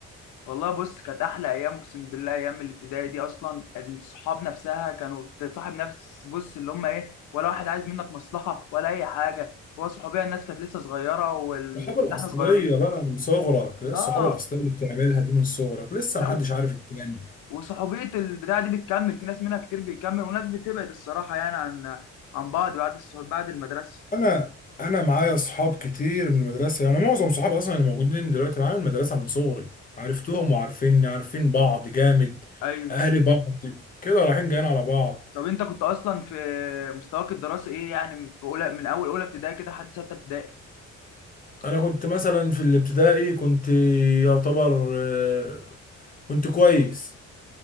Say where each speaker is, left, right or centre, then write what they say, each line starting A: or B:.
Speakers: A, on the left (about 80°); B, on the left (about 30°).
A: والله بص كانت احلى ايام اقسم بالله ايام الابتدائي دي اصلا الصحاب نفسها كانوا بتصاحب نفس بص اللي هم ايه ولا واحد عايز منك مصلحه ولا اي حاجه هو صحوبيه الناس كانت لسه صغيره وكنا
B: الصحابة الأصلية
A: احنا صغيرين
B: بقى من صغرك إيه الصحابة
A: اه
B: الأصلية اللي بتعملها دي من صغرك لسه محدش
A: لا، و-
B: عارف التاني
A: وصحوبيه البتاعه دي بتكمل في ناس منها كتير بيكمل وناس بتبعد الصراحه يعني عن عن بعض بعد الصحوب بعد المدرسه
B: أنا أنا معايا أصحاب كتير من المدرسة يعني معظم صحابي أصلا اللي موجودين دلوقتي معايا من المدرسة من صغري عرفتهم وعارفيني عارفين بعض جامد
A: ايوه
B: أهلي بعض كده رايحين جايين على بعض
A: طب انت كنت اصلا في مستواك الدراسي ايه يعني في اولى من اول اولى ابتدائي كده لحد سته ابتدائي
B: أنا كنت مثلا في الابتدائي كنت يعتبر آه، كنت كويس